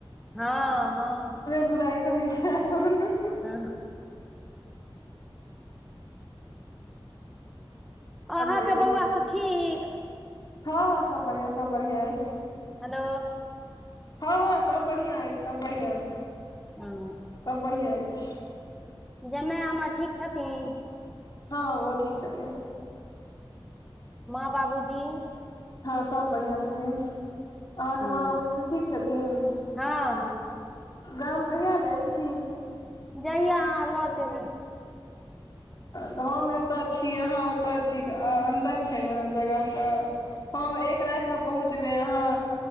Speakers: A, in the centre; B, on the left.
A: हँ हँ
B: बुराई करय नऽ आयल हँ
A: हँ अहाँके
B: कहियौ
A: बौआ सब ठीक
B: हँ हँ सब बढ़ियां सब बढ़ियां अछि
A: हेलो
B: हँ हँ सब बढ़ियां अय सब बढ़ियां
A: हँ
B: सभ बढ़ियां अछि
A: जमाय हमर ठीक छथिन
B: हँ हँ ओहो ठीक छथिन
A: माँ बाबूजी
B: हँ सब बढ़ियां छथिन अहाँके
A: हँ
B: माँ बाबूजी सब ठीक छथिन
A: हँ हँ
B: गाम कहिया जाइ छी
A: जहिया अहाँ ल चलू
B: तऽ हम एतय छी अहाँ ओतय छी तऽ अन्तर छै ने जगह क हम एक राति मऽ पहुँचबे अहाँ